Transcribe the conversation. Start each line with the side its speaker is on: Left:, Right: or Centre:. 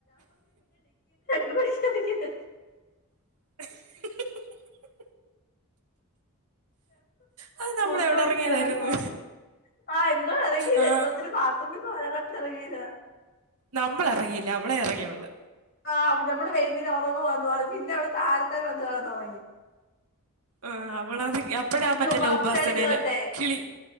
Left: <unintelligible> <unintelligible>
Right: <unintelligible> അത് നമ്മൾ
Left: മൂത്രവോഴിക്കാനെങ്ങണ്ടു
Right: എവിടെ ഇറങ്ങിയതായിരുന്നു
Left: പോവാ ആഹ എവിടാ ഇറങ്ങിയത്
Right: ആ
Left: എന്താത്തിന് ബാത്‌റൂമിൽ പോകാൻ ഇറങ്ങിയത
Right: നമ്മള ഇറങ്ങിയില്ല അവളെ ഇറങ്ങിയള്ളു
Left: ആഹ് നമ്മള് വരുന്നന് ഉറങ്ങുവാന്ന് പറഞ്ഞ് പിന്നെ അവിടെ താഴത്തേന് വന്ന് കെടന്ന് ഒറങ്ങി.
Right: ആഹ് അവളാന്നെങ്കി അപ്പഴാ മറ്റെ
Left: ബാസിനാണ്
Right: ലവ് ഉപാസനയിലെ
Left: ഇത് കണ്ടേ
Right: കിളി